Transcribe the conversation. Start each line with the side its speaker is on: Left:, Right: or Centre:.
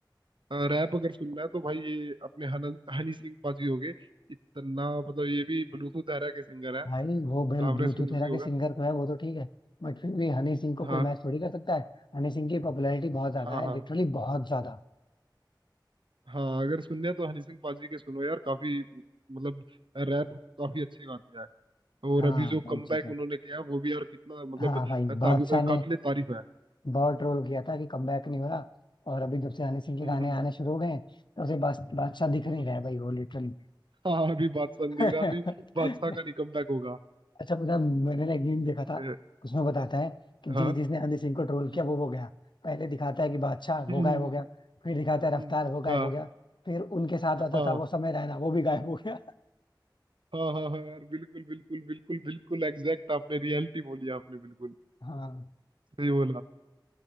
Right: ना रैप अगर सुनना है तो भाई ये अपने हन, हनी सिंह पाजी हो गए इतना मतलब ये भी ब्लूटूथ एरा के सिंगर है
Left: भाई वो बेल
Right: आपने
Left: ब्लूटूथ
Right: सुना
Left: एरा
Right: भी
Left: के
Right: होगा
Left: सिंगर तो है वो तो ठीक है बट फिर भी हनी सिंह को
Right: हाँ
Left: कोई मैच थोड़ी कर सकता है हनी सिंह की पॉपुलैरिटी बहुत ज्यादा
Right: हाँ
Left: है
Right: हाँ
Left: लिटरली बहुत ज्यादा
Right: हाँ अगर सुनने हैं तो हनी सिंह पाजी के सुनो यार काफी मतलब रैप काफी अच्छे गाते हैं और
Left: हाँ
Right: अभी जो
Left: वही
Right: कमबैक
Left: चीज है
Right: उन्होंने किया वो भी यार कितना मतलब
Left: हाँ भाई बादशाह ने
Right: काबिले तारीफ है
Left: बहुत ट्रोल किया था कि कमबैक नहीं हो रहा और अभी जब से हनी सिंह के
Right: हम्म,
Left: गाने
Right: हम्म,
Left: आने
Right: हम्म,
Left: शुरू हो गए हैं तब से बास- बादशाह दिख
Right: हम्म।
Left: नहीं रहा है भाई वो लिटरली
Right: हाँ अभी बादशाह नहीं
Left: <laughs>
Right: दिख रहा अभी बादशाह का नहीं कमबैक होगा
Left: अच्छा पता मैंने ना एक मीम देखा था
Right: अ,
Left: उसमें बताता है कि
Right: हाँ
Left: जिस जिसने हनी सिंह को ट्रोल
Right: हम्म,
Left: किया वो वो गया पहले दिखाता है कि बादशाह वो
Right: हम्म,
Left: गायब
Right: हम्म, हम्म,
Left: हो गया फिर दिखाता है रफ्तार
Right: हम्म।
Left: वो गायब
Right: हाँ
Left: हो गया फिर उनके साथ
Right: हाँ
Left: आता था वो समय रैना वो भी गायब हो गया
Right: हाँ हाँ हाँ यार बिल्कुल बिल्कुल बिल्कुल बिल्कुल एग्जैक्ट आपने रियलिटी बोली आपने बिल्कुल
Left: हाँ
Right: सही बोला